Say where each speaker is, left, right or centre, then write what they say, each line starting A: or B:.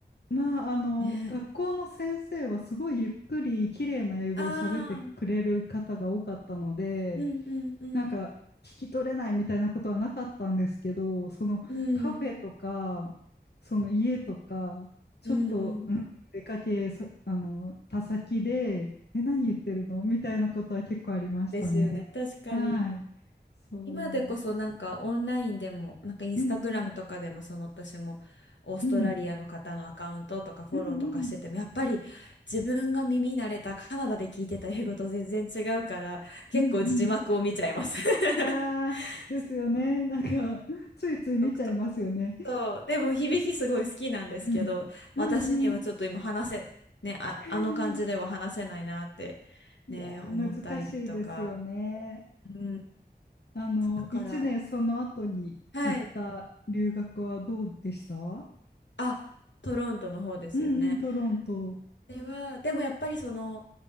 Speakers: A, on the left; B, on the left.
A: まあ、あの、
B: ね
A: 学校の先生はすごいゆっくり綺麗な英語を喋ってくれる方が多かったので、
B: え。ああ、うんうんうん。
A: なんか聞き取れないみたいなことはなかったんですけど、そのカフェとか、
B: うん、
A: その家とか、ちょっと、
B: うんうん
A: うん、出かけさ、あの、た先で、え、何言ってるのみたいなことは結構ありましたね。
B: ですよね。確かに。
A: はい。そう。
B: 今でこそなんかオンラインでも、なんかインスタグラムとかでも、
A: うんうん。
B: その私もオーストラリアの方のアカウントとかフォローとかしてても、
A: うん。うんうん。
B: やっぱり自分が耳慣れたカナダで聞いてた英語と全然違うから、結構字幕を見ちゃいます。
A: うんうん。
B: <laughs>
A: ああ、ですよね。
B: そう
A: なんか、ついつい見ちゃいますよね。
B: 独特そうでも響きすごい好きなんですけど、
A: うん。うんうん。
B: 私にはちょっと今話せ、ね、あ、
A: <laughs>
B: あの感じでは話せないなって
A: いやー、
B: ね、思ったりとか。
A: 難しいですよね。
B: うん
A: あの、
B: そうだから、
A: 1年その後に行った留学はどうでしたう
B: はい。あ、トロントの方ですよね。
A: んうん、トロント。
B: ではでもやっぱりその